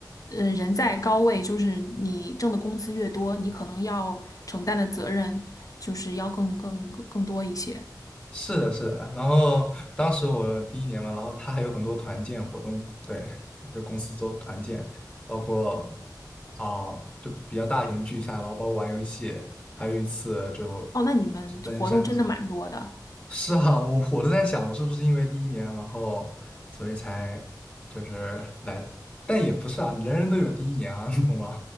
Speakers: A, on the left; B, on the left.
A: 呃，人在高位，就是你挣的工资越多，你可能要承担的责任就是要更更更更多一些。
B: 是的，是的。然后当时我第一年嘛，然后他还有很多团建活动，对，就公司做团建，包括啊、就比较大型的聚餐，然后包括玩游戏，还有一次就
A: 哦，那你们这活动真的蛮多的。
B: 就登山之类的是啊，我我都在想，我是不是因为第一年，然后所以才就是来，但也不是啊，人人都有第一年啊，你懂吗？